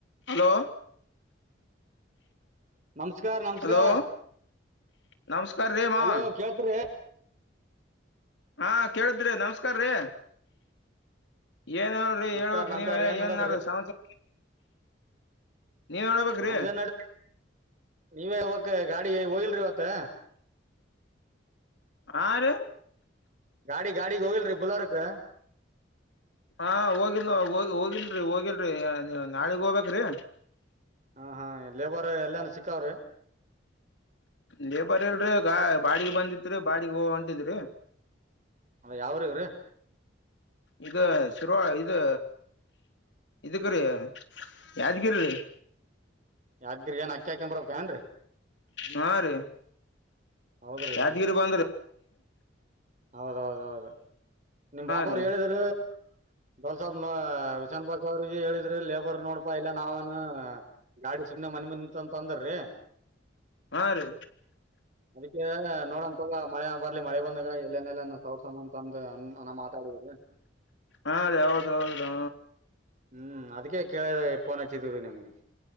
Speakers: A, on the left (about 70°); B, on the right (about 40°).
A: Hello
B: ಹ <inaudible> ನಮಸ್ಕಾರ ನಮಸ್ಕಾರ
A: hello ನಮಸ್ಕಾರ ರೀ ಮಾವ
B: ಹಲೋ ಕೇಳ್ತ್್ರಿ.
A: ಹಾ ಕೇಳಿದ್ರಿ ನಮಸ್ಕಾರ್ರೀ. ಏನ್ ಹೇಳ್ರಿ
B: ನಮಸ್ಕಾರ
A: ಹೇಳ್ಬಕ್
B: ನಮಸ್ಕಾರ
A: ನೀವ್
B: ನಡದ್ರಿ
A: ಏನ್ ನ್ರಿ ಸಮಾಚಾರ. ನೀವೇ ಹೇಳ್ಬೇಕ್ರಿ.
B: ನಮ್ದೇನ್ ನಡ ನೀವೇ ಹೇಳಬೇಕ ಗಾಡಿ ಹೋಗಿಲ್ರಿ ಇವತ್ತು.
A: ಆ ರೇ
B: ಗಾಡಿ ಗಾಡಿಗೆ ಹೋಗಿಲ್ರಿ ಬುಲರ್ ಕ.
A: ಹ <inaudible> ಹಾ ಹೋಗಿಲ್ೋಗ ಹೋಗಿಲ್ರರಿ ಹೋಗಿಲ್ರರಿ ನೀ ನಾಳಿಗ್ ಹೋಗ್ಬೇಕ್ರಿ.
B: ಹಾ ಹಾ ಲೇಬರ್ ಎಲ್ಲನ ಸಿಕ್ಕಾವ್ರಿ.
A: ಲೇಬರ್ ಇಲ್ರಿ ಗಾ ಬಾಡಿಗೆ ಬಂದಿತ್ರಿ ಬಾಡಗ್ ಹ ಹೊಂಟಿದ್ರಿ.
B: ಹ ಯಾವ್ರ ಇವರೇ
A: ಇದು ಶರ್ರುವ ಇದು. ಇದಕ್ಕ ರೀ ಯಾದಗಿರೀ.
B: ಯಾವ್ದಗಿರಿ ಅಕ್ಕಿ ಹಾಕೊಂಡ್ ಬರಬೇಕಾ ಏನ್ೀ.
A: ಹಾ ರೀ
B: ಹೌದ್ರಿ
A: ಯಾದಗೀರು ಬಂದ್ರ.
B: ಹೌದೌದ ಹೌದು ನಿಮ ಬಾಬ
A: ರೀ
B: ಅವ್ರು ಹೇಳಿದರು. ಡೋಲ್ಸಬ್ ನ ವಿಶಾನ್ ಬಾಸ್ ಅವ್ರಿಗೆ ಹೇಳಿದ್ರಿ ಲೇಬರ್ ನೋಡ್ಪಾ ಇಲ್ಲ ನಾವೇನು. ಗಾಡಿ ಸುಮ್ನೆ ಮನೆ ಮುಂದ ನಿತ್ಂತ ಅಂದರೀ.
A: ಹಾ ರೀ
B: ಅದಕ್ಕೆ ನೋಡಣ ತಗ ಮಳೆ ಬರ್ಲಿ ಮಳೆ ಬಂದಾಗ. ಇಲ್ಲನೆಲ್ಲ ಸೌರ್ಸ ಅಂತ ಅಂದ ನಾ ಮಾತಾಡಿದ್ರಿ.
A: ಹಾ ಅದ ಹೌದು ಹೌದು.
B: ಹ್ಮ್ ಅದಕ್ಕೆ ಕೇಳಫೋನ್ ಹಚ್ಚಿದೀರಿ ನಿಮ್ಗೆ.